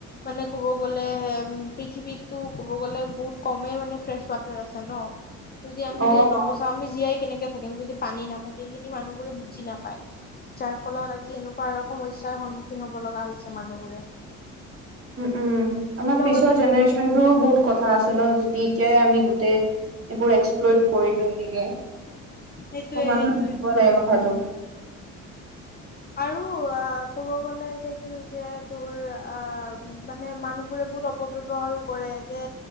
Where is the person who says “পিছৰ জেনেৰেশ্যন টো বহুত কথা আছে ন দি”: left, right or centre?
Right